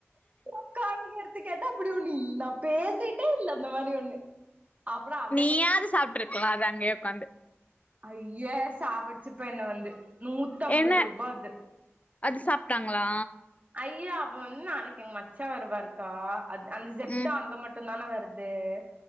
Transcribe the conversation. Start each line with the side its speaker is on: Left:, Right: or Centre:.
Right: உக்காந்து எடுத்து கேட்டா அப்பிடி ஒண்ணு இல் நா பேசிட்டே இல்ல அந்த மாரி ஒண்ணு அப்றோ அவளே
Left: நீயாது சாப்ட்டுருக்லா அத அங்கயே ஒகாந்து
Right: ஐய்ய சாவடிச்சிருப்ப என்ன வந்து நூத்தம்பது
Left: என்ன
Right: ரூபா அது
Left: அது சாப்டாங்ளா
Right: ஐய்யா அவ வன் நாளைக் எங் மச்சா வருவாருங்க்கா அது அந்த ஜெப்டா
Left: ம்
Right: அங்க மட்டு தான வருது அது